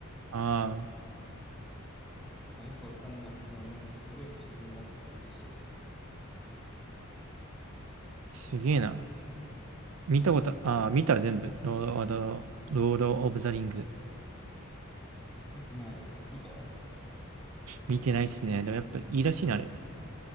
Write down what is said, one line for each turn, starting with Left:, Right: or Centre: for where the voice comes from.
Right: ああ、
Centre: そう、まあ、よくわかんないけども、なんかすごい自然があって綺麗そうで。
Right: すげえな。見たこと、あー見た全部。ロード、あのロード・オブ・ザ・リング。
Centre: 見てない俺。見た
Right: 見てないっすね。でもやっぱいいらしいな、あれ。